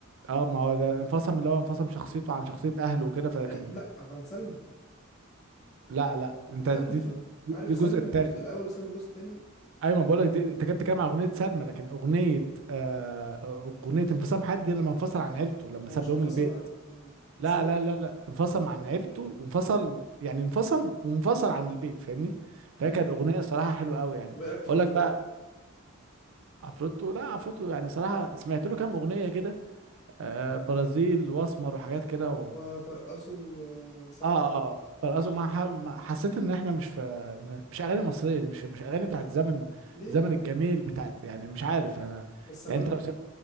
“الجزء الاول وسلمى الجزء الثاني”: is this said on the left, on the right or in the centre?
Left